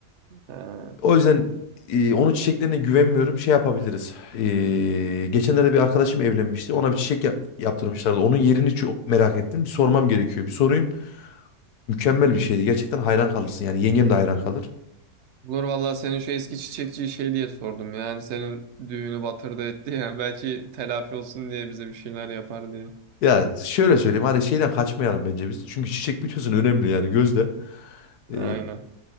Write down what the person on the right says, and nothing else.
He.
Olur vallahi senin şu eski çiçekçiyi şey diye sordum. Yani senin düğünü batırdı etti ya. Belki telafi olsun diye bize bir şeyler yapar diye.
Aynen.